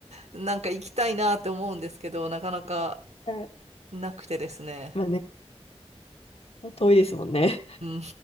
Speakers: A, on the right (about 80°); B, on the left (about 60°).
A: な、なんか行きたいなって思うんですけど、なかなか
B: はい
A: なくてですね。
B: まあね、遠いですもんね。
A: うん